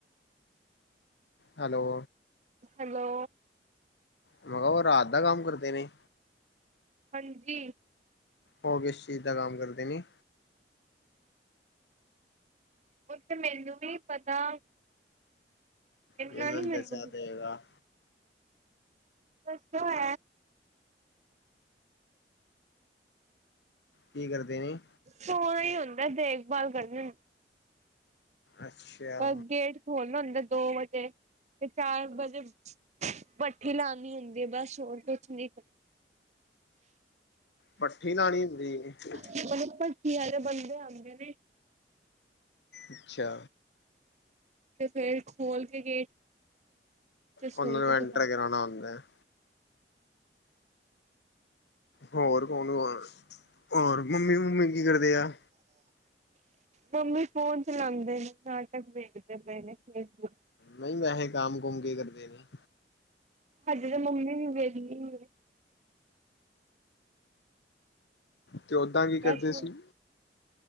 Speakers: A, on the left; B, on the right.
A: ਹੈਲੋ।
B: ਹੈਲੋ।
A: ਉਹ ਰਾਤ ਦਾ ਕੰਮ ਕਰਦੇ ਨੇ।
B: ਹਾਂਜੀ।
A: ਹੋ ਕਿਸ ਇਸ ਚੀਜ਼ ਦਾ ਕੰਮ ਕਰਦੇ ਨੇ।
B: ਉਹ ਤੇ ਮੈਨੂੰ ਨਹੀਂ ਪਤਾ। ਇੰਨਾ
A: ਇਹ ਤੇ
B: ਨੀ
A: ਹੁਣ
B: ਮੈਨੂੰ
A: ਦਸਣਾ ਪਏਗਾ।
B: <unintelligible>
A: ਕੀ ਕਰਦੇ ਨੇ?
B: ਸੋਣਾ ਹੀ ਹੁੰਦਾ, ਦੇਖਭਾਲ ਕਰਦੇ ਨੇ।
A: ਅੱਛਾ
B: ਬਸ ਗੇਟ ਖੋਲਣਾ ਹੁੰਦਾ ਦੋ ਵਜੇ। ਤੇ ਚਾਰ ਵਜੇ ਭੱਠੀ ਲਾਣੀ ਹੁੰਦੀ ਹੈ, ਬਸ ਹੋਰ ਕੁਛ ਨੀ।
A: ਭੱਠੀ ਲਾਉਣੀ ਹੁੰਦੀ ਐ।
B: ਤੈਨੂੰ ਪਤਾ <inaudible> ਕਿ ਇਹੋ ਜਿਹੇ ਬੰਦੇ ਆਉਂਦੇ ਨੇ।
A: ਅੱਛਾ।
B: ਤੇ ਫੇਰ ਖੋਲ ਕੇ ਗੇਟ ਤੇ
A: ਉਹਨਾਂ
B: ਸੋ ਜਾਓ
A: ਨੂੰ ਐਂਟਰ
B: ਦੁਬਾਰਾ
A: ਕਰਾਨਾ ਹੁੰਦਾ ਹੈ। ਹੋਰ ਕੌਣ ਵਾ, ਹੋਰ <unintelligible> ਮੰਮੀ ਕੀ ਕਰਦੇ ਆ।
B: ਮੰਮੀ ਫੋਨ ਚਲਾਉਂਦੇ ਨੇ, ਨਾਟਕ ਵੇਖਦੇ ਪਏ ਨੇ ਫੇਸਬੁੱਕ
A: ਨਹੀਂ ਵੈਸੇ ਕੰਮ -ਕੁਮ ਕੀ ਕਰਦੇ ਨੇ।
B: ਹਜੇ ਤਾਂ ਮੰਮੀ ਵੀ ਵਿਹਲੀ ਏ।
A: ਤੇ ਉੱਦਾਂ ਕੀ ਕਰਦੇ
B: ਵੈਸੇ
A: ਸੀ?